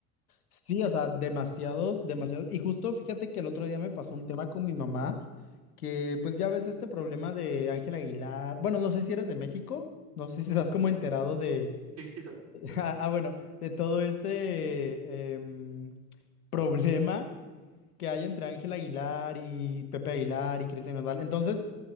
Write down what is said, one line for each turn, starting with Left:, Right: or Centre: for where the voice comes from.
Left: Sí, o sea, demasiados, demasiados. Y justo fíjate que el otro día me pasó un tema con mi mamá, que pues ya ves este problema de Ángel Aguilar. Bueno, no sé si eres de México, no sé si estás como enterado de,
Right: Sí, sí, soy.
Left: <laughs> ah, ah, bueno, de todo ese em, problema que hay entre Ángel Aguilar y Pepe Aguilar y Cristian Nodal. Entonces,